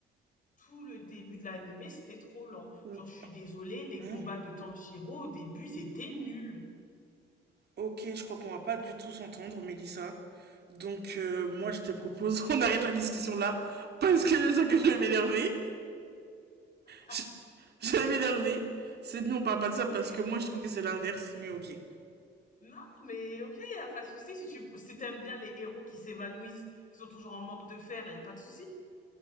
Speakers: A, on the left; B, on the right.
A: Tout le début de l'animé, c'était trop lent.
B: Ou-
A: Genre, je suis désolée, les
B: hein
A: combats de Tanjiro au début, c'était nul.
B: Ok, je crois qu'on va pas du tout s'entendre, Mélissa. Donc, euh,
A: <laughs>
B: moi, je te propose <laughs> qu'on arrête la discussion là, parce que je sens que je vais m'énerver.
A: Ah,
B: Je, je vais m'énerver. C'est mieux, on parle pas de
A: ok.
B: ça, parce que moi, je trouve que c'est l'inverse, mais ok.
A: Non, mais ok, y a pas de souci si tu si t'aimes bien les héros qui s'évanouissent, qui sont toujours en manque de fer, y a pas de souci.